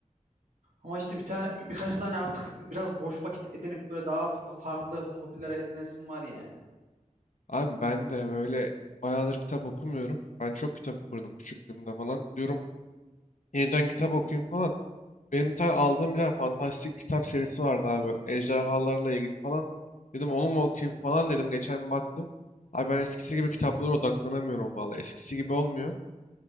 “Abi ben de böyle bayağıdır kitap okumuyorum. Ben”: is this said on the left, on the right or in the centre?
Left